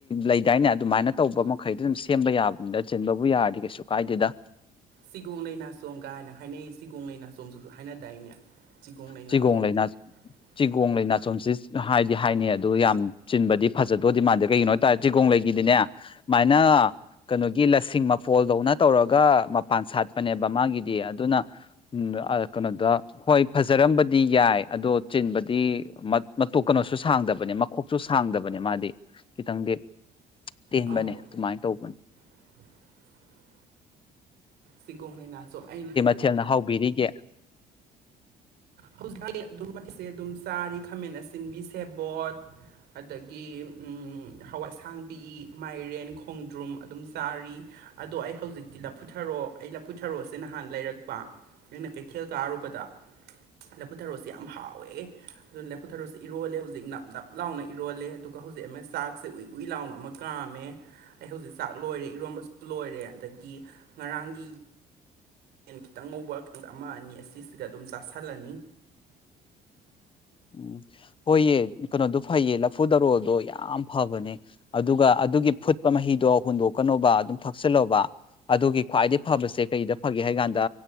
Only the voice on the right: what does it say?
ꯆꯤꯒꯣꯡ ꯂꯩ ꯅꯥꯆꯣꯝ ꯀꯥꯏꯅ ꯍꯥꯏꯅꯩ ꯆꯤꯒꯣꯡ ꯂꯩ ꯅꯥ ꯆꯣꯝꯖꯨ ꯍꯥꯏꯅꯗꯥꯏꯅꯦ ꯆꯤꯒꯣꯡ ꯂꯩ ꯅꯥꯆꯣꯝ
<inaudible>
ꯑꯧ
<inaudible> ꯆꯤꯒꯣꯡꯂꯩ ꯅꯥꯆꯣꯝ ꯑꯩ
ꯍꯧꯖꯤꯛ <unintelligible> ꯑꯩ ꯑꯗꯨꯝ ꯆꯥꯔꯤ ꯈꯥꯃꯦꯟ ꯑꯁꯤꯟꯕꯤ ꯁꯦꯕꯣꯠ ꯑꯗꯒꯤ ꯍꯋꯥꯏ ꯑꯁꯥꯡꯕꯤ ꯃꯥꯏꯔꯦꯟ ꯈꯣꯡꯗ꯭ꯔꯨꯝ ꯑꯗꯨꯝ ꯆꯥꯔꯤ ꯑꯗꯣ ꯑꯩ ꯍꯧꯖꯤꯛꯇꯤ ꯂꯞꯐꯨꯊ꯭ꯔꯣ ꯑꯩ ꯂꯞꯐꯨꯊ꯭ꯔꯣ ꯁꯦ ꯅꯍꯥꯟ ꯂꯩꯔꯛꯄ ꯑꯩꯅ ꯀꯩꯊꯦꯜ ꯀꯥꯔꯨꯕꯗ ꯂꯐꯨ ꯊꯔꯣꯁꯦ ꯌꯥꯝ ꯍꯥꯎꯋꯦ ꯑꯗꯨꯅ ꯂꯐꯨ ꯊꯔꯣꯁꯦ ꯏꯔꯣꯜꯂꯦ ꯍꯧꯖꯤꯛ ꯅꯞ ꯅꯞ ꯂꯥꯎꯅ ꯏꯔꯣꯜꯂꯦ ꯑꯗꯨꯒ ꯍꯧꯖꯤꯛ ꯑꯃ ꯆꯥꯛꯁꯦ ꯎꯏ ꯎꯏ ꯂꯥꯎꯅ ꯑꯃ ꯀꯥꯝꯃꯦ ꯑꯩ ꯍꯧꯖꯤꯛ ꯆꯥꯛ ꯂꯣꯏꯔꯦ ꯏꯔꯣꯝꯕꯁꯨ ꯂꯣꯏꯔꯦ ꯑꯗꯒꯤ ꯉꯔꯥꯡꯒꯤ ꯌꯦꯟ ꯈꯤꯇꯪ ꯉꯧꯕ ꯑꯃ ꯑꯅꯤ ꯑꯁꯤꯁꯤꯒ ꯑꯗꯨꯝ ꯆꯥꯥꯁꯜꯂꯅꯤ